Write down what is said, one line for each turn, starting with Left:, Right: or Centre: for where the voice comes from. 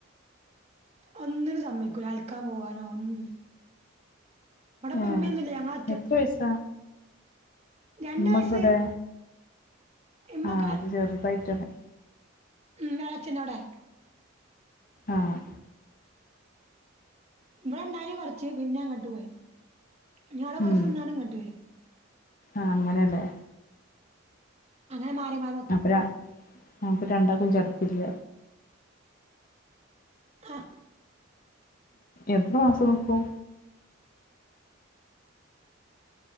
Right: ഒന്നിനും സമ്മയിക്കൂലാ. അലക്കാൻ പോവാനോ ഒന്നിനും. അവിടെപ്പമ്മയൊന്നില്ല.
Left: ഏഹ്
Right: ഞങ്ങെള
Left: എത്ര വയസ്സാ
Right: രണ്ട്
Left: നമ്മെക്കിടെ?
Right: വയസ്സ് ഇമ്മൊക്കെ
Left: ആഹ് അത് ചെറുതായിട്ടനെ.
Right: ഉം എളച്ചന്റോടേ.
Left: ആഹ്
Right: ഇവടെ ഉണ്ടായ്നി കൊറെച്ച്. പിന്നെ അങ്ങട്ട് പോയി. ഇനി അവെടെ കൊറെച്ച്
Left: ഉം
Right: നിന്നാലും ഇങ്ങട്ട് വെരും.
Left: ആഹ് അങ്ങനെലേ
Right: അങ്ങനെ മാറി മാറി നിക്കും
Left: അപ്പരാ അപ്പ രണ്ടാക്കും ചട്പ്പില്ല
Right: ആ
Left: എത്ര മാസം നിക്കും